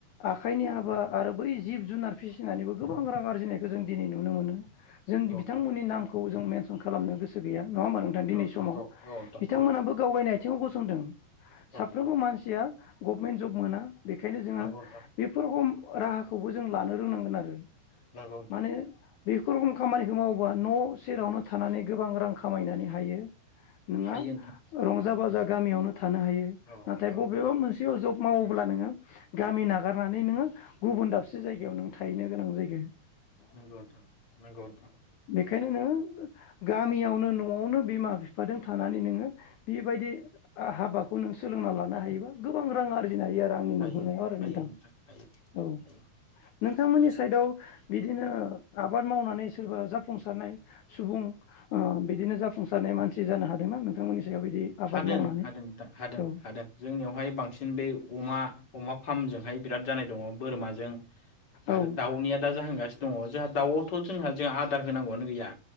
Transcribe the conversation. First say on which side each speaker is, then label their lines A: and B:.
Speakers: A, on the left (about 65°); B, on the left (about 30°).
A: आखाइनि हाबा आरो बै जिब जुनार फिसिनानैबो गोबां रां आरजिनायखौ जों दिनै नुनो मोनो जों
B: औ नोंथां
A: बिथांमोननि नामखौ खौ जों मेनसन खालामनो गोसो गैया नङा होमबा नोंथां दिनै
B: औ
A: समाव
B: औ औ नोंथां
A: बिथांमोनाबो
B: औ
A: गाव बायनाय आथिङाव गसंदों
B: औ
A: साफ्रोमबो
B: नोंथां
A: मानसिया गभमेन्ट जब मोना बेखायनो जोङा
B: नंगौ नोंथां
A: बेफोर हम राहाखौबो जों लानो रोंनांगोन आरो
B: नोंगो नोंथां
A: माने बेफोर खामानिखौ मावोबा न' सेरावनो थानानै गोबां रां खामायनानै हायो नोङा
B: हायो नोंथां
A: रंजा बाजा
B: हायो
A: गामियावनो थानो हायो
B: औ
A: नाथाय
B: औ
A: बबेबा मोनस पियुर जब मावोब्ला नोङो गामि नागारनानै नोङो गुबुन दाबसे जायगायाव नों थाहैनो गोनां जायगो
B: नोंगौ नोथां नोंग <unintelligible>
A: बेखायनो नोङो गामियावनो न' न'आवनो बिमा बिफादों थानानै नोङो बेबायदि हाबाखौ नों सोलोंना लानो हायोबा गोबां रांआर जिनो हायो आरो आंनि
B: हायो
A: नुहुरनायाव आरो
B: हायो
A: नोंथां
B: हायो
A: औ
B: हायो
A: नोंथांमोननि
B: हायो
A: साइदआव बिदिनो आबाद मावनानै सोरबा जाफुंसारनाय सुबुं ओ बिदिनो जाफुंसारनाय मानसि जानो हादोंनां नोंथांमोननि सायाव बिदि आबाद
B: हादों
A: मावनानै
B: हादों नोंथां हादों
A: औ
B: हादों जोंनियावहाय बांसिन बे अमा अमा फार्मजोंहाय बिराद जानाय दङ बोरमाजों आरो
A: औ
B: दाउनिया दा जाहांगासिनो दङ जोंहा दाउआवथ' जोंहा जोङा आदार होनांगौ आनो गैया।